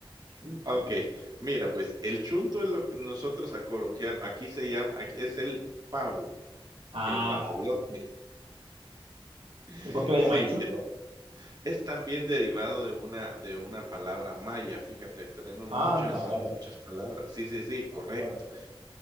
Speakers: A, on the right (about 80°); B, on the right (about 45°).
A: Chunto.
B: Ok,
A: ¿qué-
B: mira, pues el chunto es lo que nosotros a coloquial, aquí se llama, aquí es el pavo,
A: Ah,
B: el guajolote.
A: vale.
B: <laughs>
A: ¿Y por qué le
B: Sí,
A: llamáis chunto?
B: Es también derivado de una de una palabra maya, fíjate, tenemos
A: Anda,
B: muchas,
A: vale.
B: eh, muchas palabras. Sí, sí, sí, correcto.
A: Vale, vale, vale.